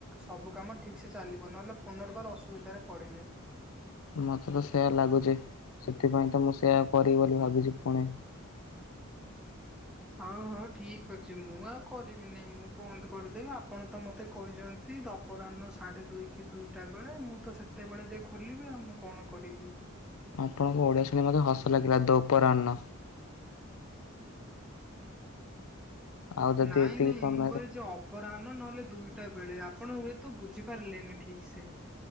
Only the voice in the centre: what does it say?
ସବୁ କାମ ଠିକ୍ ସେ ଚାଲିବ ନହେଲେ ପୁନର୍ବାର ଅସୁବିଧାରେ ପଡ଼ିବେ
ହଁ ହଁ ଠିକ୍ ଅଛି ମୁଁ ଆଉ କରିବି ନାହିଁ ମୁଁ ବନ୍ଦ୍ କରିଦେବି ଆପଣ ତ ମତେ କହି ଚ଼ନ୍ତି ଅପରାହ୍ନ ସାଢ଼େ ଦୁଇ କି ଦୁଇଟା ବେଳେ ମୁଁ ତ ସେତେବେଳେ ଯେଏ ଖୋଲିବି ଆଉ ମୁଁ କଣ କରିବି
ନାଇଁ
ନାଇଁ
ମୁଁ କହିଲି ଜବ୍ ପରାହ୍ନ ନହେଲେ ଦୁଇଟା ବେଳେ ଆପଣ ହୁଏତ ବୁଝିପାରିଲେନି ଠିକ୍ ସେ